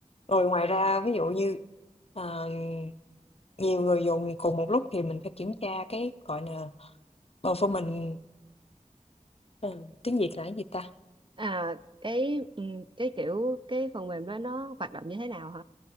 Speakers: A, on the left; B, on the right.
A: Rồi ngoài ra
B: dạ.
A: ví dụ như, ờ, nhiều người dùng cùng một lúc thì mình phải kiểm tra cái, gọi là, performance ờ, tiếng Việt là cái gì ta?
B: à cái ừ, cái kiểu cái phần mềm đó nó hoạt động như thế nào hả